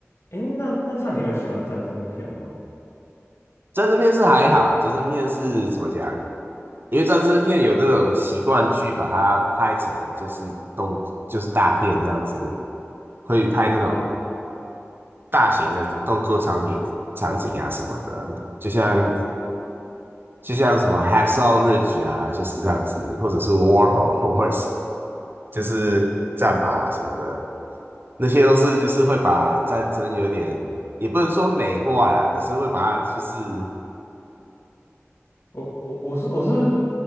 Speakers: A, on the left; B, on the right.
A: 诶，那那这样你会喜欢战争片吗？
B: 战争片是还好欸，战争片是怎么讲？因为战争片有这种习惯去把它拍成就是动就是大片这样子，会拍那种
A: 哦，
B: 大型的动作场景场景啊什么的，就像就像什么《Hacksaw Ridge》啊，就是这样子，或者是《War <laughs> Horse》，就是战马啊什么的，那些都是就是会把战争有点也不能说美化啦，可是会把它就是
A: 我我我是我是，